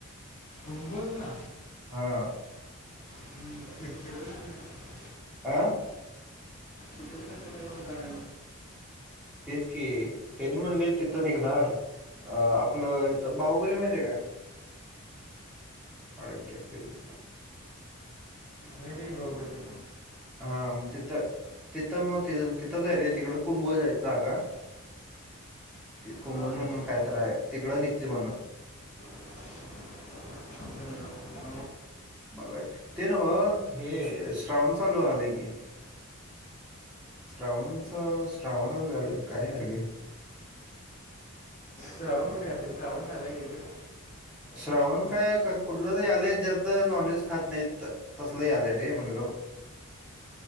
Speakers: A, on the left; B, in the centre.
A: कुंभोजला?
B: हा.
A: <unintelligible>
B: आं?
A: तिकडे का जाऊन काढायचं?
B: तेच की त्यांनी म्हणले तिथं निघणार. अ आपलं इथं बाहुबली माहितीये काय? अड्या पिरसकर
A: माहितीये की बाहुबली.
B: हा मग तिथं, तिथं मग ति तिथंचय रे तिकड कुंभोज ये जागा. ते कुंभोज
A: हां
B: म्हणून काय तरय तिकडं निघते म्हण.
A: <unintelligible>
B: बघायचं, ते नव्ह हे अ श्रावण चालू झालंय की. श्रावणच श्रावणच आलेय काय आलंय?
A: श्रावण कुठे असेल, श्रावण झालं की रे.
B: श्रावण काय कुठलं त आलंय ज्या नॉनव्हेज खात नाहीत, तसल यालय रे म्हणलो.